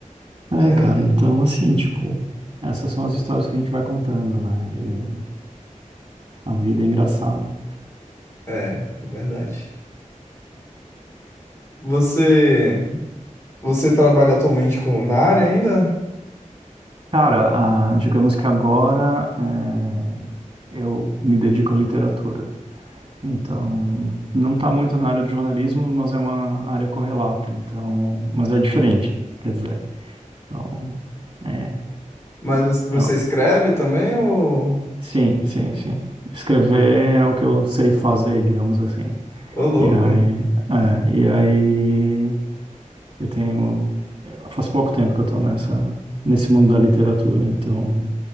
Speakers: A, on the right; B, on the left.
A: É,
B: É,
A: cara, então assim, tipo, essas são as histórias que a gente vai contando, né? E a vida é engraçada.
B: é, verdade. Você, você trabalha atualmente com na área ainda,
A: Cara, ah, digamos que agora, é, eu me dedico à literatura. Então, não está muito na área de jornalismo, mas é uma área correlata, então, mas é diferente, quer dizer. Então, é,
B: mas você você
A: é-
B: escreve também ou,
A: sim, sim, sim. Escrever é o que eu sei fazer, digamos assim.
B: ô louco?
A: E aí, é, e aí eu tenho, faz pouco tempo que eu estou nessa, nesse mundo da literatura, então